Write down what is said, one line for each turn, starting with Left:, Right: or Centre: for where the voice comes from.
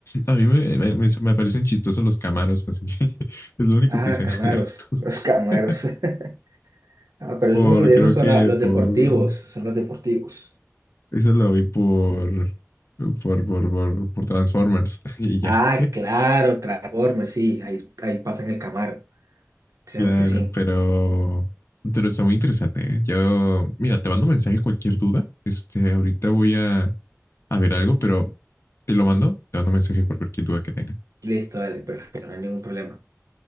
Left: A mí me, me- me- me parecen chistosos los camaros, así que <laughs> es lo único
Right: Ah,
Left: que sé
Right: Camaros,
Left: de autos.
Right: los Camaros.
Left: <laughs>
Right: <laughs> Ah, pero
Left: Por,
Right: esos, esos
Left: creo
Right: son
Left: que
Right: la- los
Left: por,
Right: deportivos, son los deportivos.
Left: Eso lo vi por, por, por, por, por Transformers <laughs> y ya.
Right: Ah,
Left: <laughs>
Right: claro, Transformers, sí, ahí, ahí pasan el Camaro. Claro
Left: Claro,
Right: que sí.
Left: pero, pero está muy interesante, ¿eh? Yo, mira, te mando mensaje cualquier duda. Este, ahorita voy a, a ver algo, pero te lo mando, te mando mensaje por cualquier duda que tenga.
Right: Listo, dale, perfecto, no hay ningún problema.